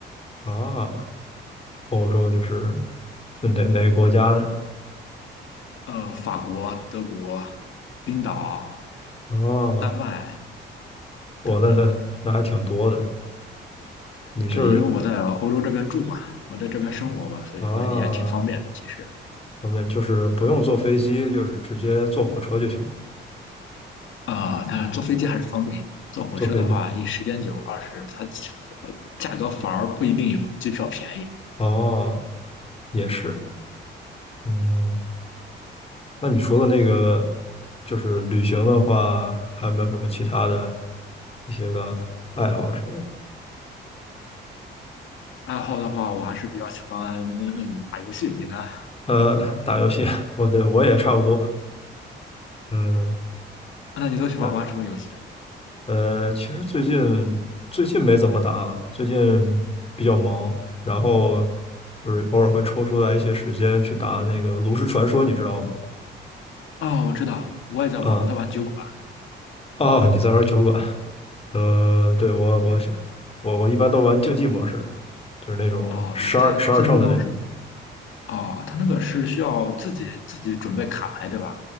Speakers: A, on the left; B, on the left.
A: 啊，欧洲就是就哪哪个国家呢？
B: 呃，法国、德国、冰岛、
A: 哦，
B: 丹麦
A: 我那那那还挺多的。
B: 等等，
A: 你就是
B: 对，因为我在欧洲这边住嘛，我在这边生活嘛，所以说也挺方便的，
A: 啊，
B: 其实。
A: 我们就是不用坐飞机，就是直接坐火车就行了，
B: 啊，它坐飞机还是方便，坐火车的话，
A: 坐飞机。
B: 一时间久，二是它呃价格反而不一定有机票便宜。
A: 哦，也是。嗯，那你除了那个，就是旅行的话，还有没有什么其他的一些个爱好之类的？
B: 爱好的话，我还是比较喜欢嗯嗯打游戏。你呢？啊
A: 呃，打游戏，<laughs> 我对我也差不多。嗯，
B: 那你都喜欢玩什么游戏啊？
A: 但呃，其实最近最近没怎么打了，最近比较忙，然后就是偶尔会抽出来一些时间去打那个炉石传说，你知道吗？
B: 啊，我知道，我也在玩，
A: 啊、
B: 我在玩酒馆。
A: 哦，你在玩酒馆？呃，对，我我想我我一般都玩竞技模式。
B: 对，
A: 就是那种十二十二胜的那种。
B: 哦，对，它竞技模式，哦，它那个是需要自己自己准备卡牌，对吧？